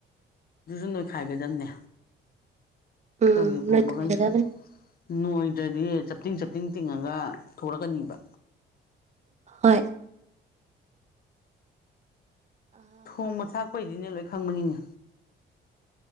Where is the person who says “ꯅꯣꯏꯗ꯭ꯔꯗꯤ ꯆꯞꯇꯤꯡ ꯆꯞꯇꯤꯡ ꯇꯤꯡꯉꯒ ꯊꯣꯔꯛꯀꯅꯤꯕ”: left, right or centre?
Left